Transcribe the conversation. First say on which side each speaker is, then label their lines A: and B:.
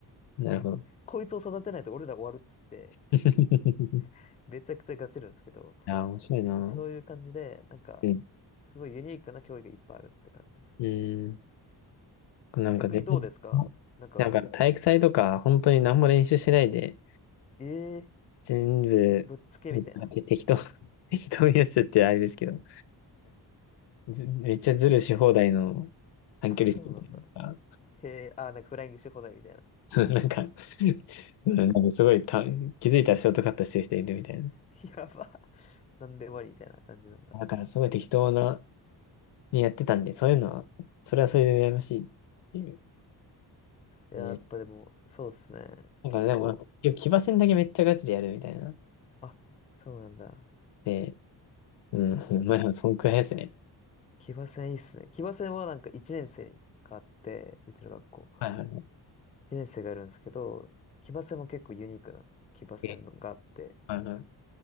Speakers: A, on the left; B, on the left.
A: なるほど。
B: こいつを育てないと俺ら終わるっつって、
A: <laughs>
B: <laughs> めちゃくちゃガチるんですけど、
A: いやー、面白いな。
B: そういう感じで、なんか、
A: うん。
B: すごいユニークな競技がいっぱいあるって感じです。
A: うん。なんか全然、
B: 逆にどうですかなんか、
A: なんか体育祭とか、本当に何も練習しないで、
B: えー、
A: 全部、
B: ぶっつけみたいな。
A: なんか適当、<laughs> 適当にやっててあれですけど。ずめっちゃズルし放題の短距離走みたいな。
B: あ、そうなんだ。へえ、あ、なんかフライングし放題みたいな。
A: <laughs> なんか、うんなんかすごいた、気づいたらショートカットしてる人いるみたいな。
B: <laughs> やば。<laughs> なんでもありみたいな感じなんだ。
A: だからすごい適当な、にやってたんで、そういうのは、それはそれで羨ましいっていう。
B: いや、
A: ね。
B: やっぱでも、そうっすね。
A: なんかでもなんか、
B: 結構、
A: 結局騎馬戦だけめっちゃガチでやるみたいな。
B: あ、そうなんだ。
A: で、うん、まあ、そんくらいですね。
B: 騎馬戦いいっすね。騎馬戦はなんか1年生があって、うちの学校。
A: はいはい。
B: 1年生がいるんですけど、騎馬戦も結構ユニークな騎馬戦があって、
A: えはいは